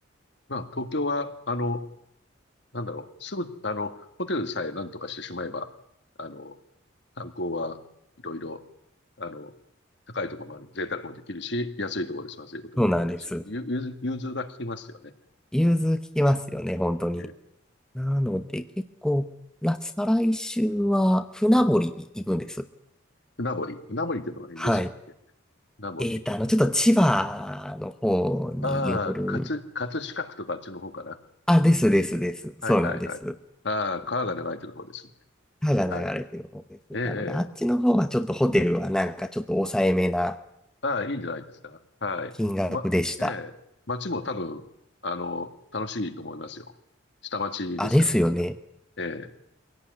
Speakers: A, on the left (about 60°); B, in the centre.
A: まあ、東京は、あの、なんだろう、すぐ、あの、ホテルさえなんとかしてしまえば、あの、観光はいろいろ、あの、高いところもある、贅沢もできるし、安いところで済ませることもできるし、
B: そうなんです。
A: ゆ融通融通が効きますよね。
B: 融通聞きますよね、本当に。
A: えー
B: なので結構、ら再来週は船堀に行くんです。
A: 船堀。船堀ってどの辺でしたっけ
B: はい。
A: 船堀。
B: えーと、あの、ちょっと千葉の方による。
A: ああ、葛、葛飾区とかあっちの方かな。
B: あ、ですですです。
A: はいはいはい。
B: そうなんです。
A: ああ、川が流れてる方ですね。
B: あの川が流れてる方です。
A: はい。ええ、ええ。
B: なので、あっちの方はちょっとホテルはなんかちょっと抑えめな
A: ああ、いいんじゃないですか。はい。
B: 金額でした。
A: ま、ええ、街も多分、あの、楽しいと思いますよ。下町ですからね、
B: あ、ですよね。
A: 多分。ええ。